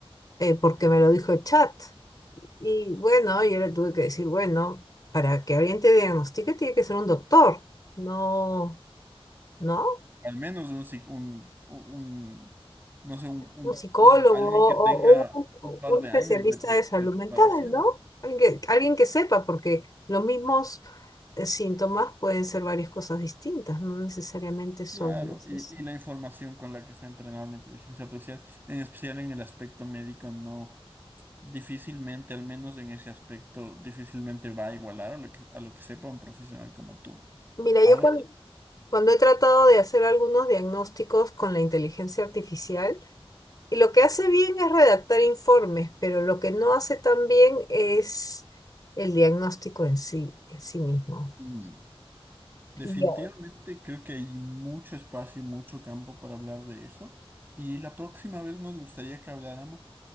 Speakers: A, on the left (about 40°); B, on the right (about 20°).
A: eh, porque me lo dijo el chat. Y bueno, yo le tuve que decir, bueno, para que alguien te diagnostique tiene que ser un doctor, no, ¿no?
B: Al menos un, psic- un, un- no sé, un, un-
A: Un psicólogo
B: un- alguien
A: o,
B: que tenga
A: o un,
B: un par
A: un
B: de
A: especialista
B: años de pre-
A: de salud
B: de preparación.
A: mental, ¿no? Alguien que, alguien que sepa, porque los mismos eh, síntomas pueden ser varias cosas distintas, no necesariamente son
B: Claro, y,
A: eso.
B: y la información con la que se ha entrenado la inteligencia artificial, en especial en el aspecto médico, no, difícilmente, al menos en ese aspecto, difícilmente va a igualar a lo que, a lo que sepa un profesional como tú.
A: Mira,
B: Ahora,
A: yo cuan- cuando he tratado de hacer algunos diagnósticos con la inteligencia artificial, Y lo que hace bien es redactar informes, pero lo que no hace tan bien es el diagnóstico en sí, en sí mismo.
B: mm, Definitivamente
A: Y ya.
B: creo que hay mucho espacio y mucho campo para hablar de eso. Y la próxima vez nos gustaría que habláramos